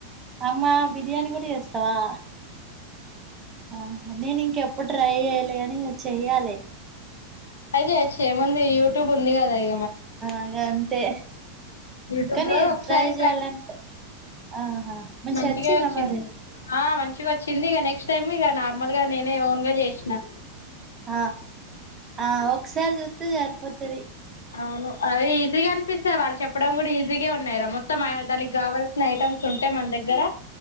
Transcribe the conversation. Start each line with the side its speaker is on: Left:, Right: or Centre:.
Right: అమ్మా బిరియాని కూడా వేస్తా అవా ఆ నేనుంకప్ప అప్పుడు ట్రై చేయాలి అని చెయ్యాలి
Left: అ ఏమంది యూట్యూబ్ ఉంది క అదా ఇ
Right: అగా అంతే
Left: యూట్యూబ్
Right: కానీ
Left: లో ఒకసారి
Right: ట్రై చేయాలంటే ఆహా
Left: మంచిగా
Right: వచ్చిందా
Left: వచ్చింది
Right: మరి
Left: ఆ మంచిగా వచ్చింది నెక్స్ట్ టైమ్ ఇక నార్మల్ గా నేనే ఓన్ గా చేసినా
Right: ఆ ఆ ఒకసారి జత్త జ ప్పత్డి
Left: అవును అది ఈజీగా అనిపిస్తుంది వాళ్ళు చెప్పడం కూడా ఈజీగా ఉన్నారా మొత్తం దానికి కావాల్సిన ఐటమ్స్ ఉంటాయి మన దగ్గర